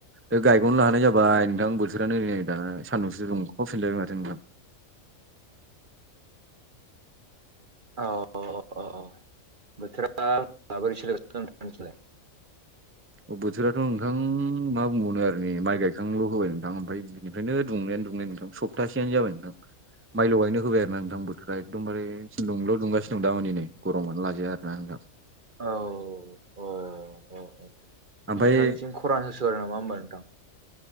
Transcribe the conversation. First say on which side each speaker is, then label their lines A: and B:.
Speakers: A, on the right; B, on the right.
A: दा गायग'नो हानाय जाबाय नोंथां बोथोरानो नै दा सान्दुंसो दंखावफिनलायबाय माथो नोंथां
B: औ औ अ अ बोथोरा माबोरै सोलिगासिनो नोंसिनथिलाय?
A: अ बोथोराथ' नोंथां मा बुंबावनो आरो नै माइ गायखांल' होबाय नोंथां ओमफाय दि बेनिफ्रायनो दुंनायानो दुंनाय नोंथां सप्तासेयानो जाबाय नोंथां माइल' गायनो होबाय आरो ना नोंथां बोथ दा एखदम बारे सान्दुंल' दुंगासिनो दं दा माने नै गरमानो लाजाया आरोना नोंथां
B: औ अ अ अ अ अ
A: ओमफ्राय
B: नोंथांनिसिम खरान होसो नामा होमबा नोंथां?